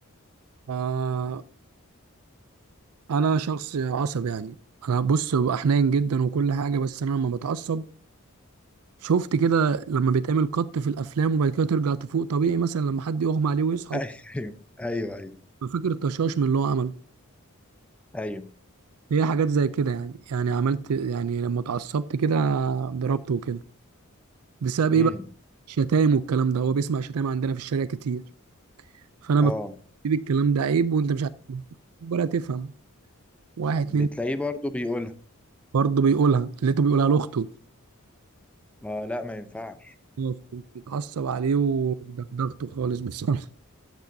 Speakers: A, on the right; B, in the centre.
A: آه انا شخص عصب يعني انا بص ببقى حنين جدا وكل حاجه بس انا لما بتعصب شفت كده لما بيتعمل قط في الافلام وبعد كده ترجع تفوق طبيعي مثلا لما حد يغمى عليه ويصحى
B: <laughs> ايوه ايوه ايوه
A: فاكر الطشاش من اللي هو عمله
B: ايوه
A: هي حاجات زي كده يعني يعني عملت يعني لما اتعصبت كده ضربته وكده بسبب ايه
B: امم
A: بقى شتايم والكلام ده هو بيسمع شتايم عندنا في الشارع كتير فانا بفكر
B: اه
A: الكلام ده عيب وانت مش عارف ولا تفهم واحد اتنين
B: بتلاقيه برضه بيقولها
A: برضه بيقولها لقيته بيقولها لاخته
B: اه لا ما ينفعش
A: خلاص اتعصب عليه ودغدغته خالص بصراحه